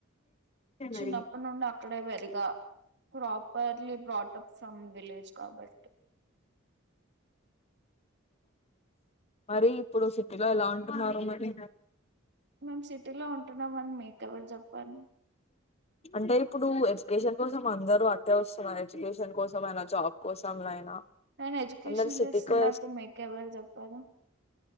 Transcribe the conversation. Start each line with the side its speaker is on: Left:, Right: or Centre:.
Right: చిన్నప్పటి
Left: మరి
Right: నుండి అక్కడే పెరిగ ప్రాపర్లీ బ్రాట్అప్ సమ్ విలేజ్ కాబట్టి
Left: మరి ఇప్పుడు సిటీలో ఎలా ఉంటున్నారు మరి
Right: మేం సిటీ లో ఉంటున్నాం అని మీ ఎవరు చెప్పారు
Left: అంటే ఇప్పుడు ఎడ్యుకేషన్ కోసం అందరు అట్టే వస్తున్నారు ఎడ్యుకేషన్ కోసం అయినా జాబ్ కోసం అయినా
Right: నేను ఎడ్యుకేషన్
Left: అందరు సిటీకే
Right: చేస్తున్నట్టు మిక్ ఎవర్ చెప్పారు